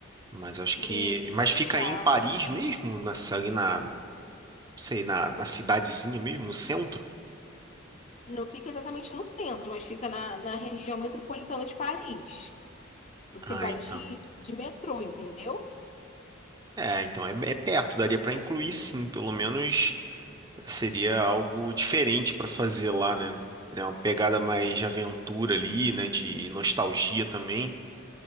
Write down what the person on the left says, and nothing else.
Sim,
é bem
legal.
Não fica exatamente no centro, mas fica na, na região metropolitana de Paris. Você
vai
de, de metrô, entendeu?
Isso,